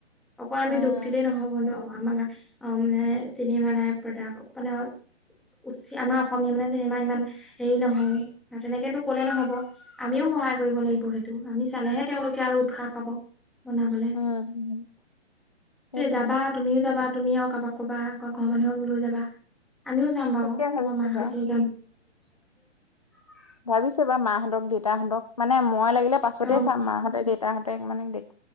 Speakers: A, in the centre; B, on the left.
A: অকল আমি
B: উম
A: দোষ দিলেই নহব ন'। আমাৰ অ' মানে চিনিমে নাই <unintelligible> উচ আমাৰ অসমীয়া মানে চিনেমা ইমান হেৰি নহয়। তেনেকেতো কলে নহ'ব আমিও সহায় কৰিব লাগিব সেইটো আমি চালেহে তেওঁলোকে আৰু উৎসাহ পাব। বনাবলে
B: উম সেইটোৱে
A: তে যাবা তুমিও যাবা। তুমি আৰু কাৰোবাক ক'বা আকৌ ঘৰৰ মানুহক লৈ যাবা, আমিও যাম বাৰু
B: তাকে ভাবিছো
A: মোৰ মাহঁতক
B: বা
A: লৈ যাম। <inaudible>
B: ভাবিছো বাৰু মাহঁতক দেউতাহঁতক মানে মই লাগিলে পাছতেই
A: অ
B: চাম মাহঁতে দেউতাহঁতেক মানে দেখ